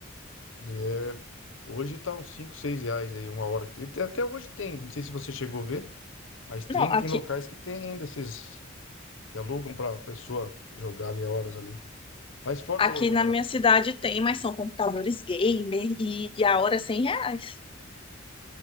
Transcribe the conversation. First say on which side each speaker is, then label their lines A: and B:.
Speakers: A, on the left; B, on the left.
A: É, hoje tá uns 5 6 reais aí, uma hora. E te- Até hoje tem, não sei se você chegou a ver, mas tem,
B: Não, aqui,
A: tem locais que tem ainda esses que alugam pra pessoa jogar ali horas ali. Mas fora,
B: aqui
A: é,
B: na minha cidade tem, mas são computadores gamer e, e a hora é 100 reais.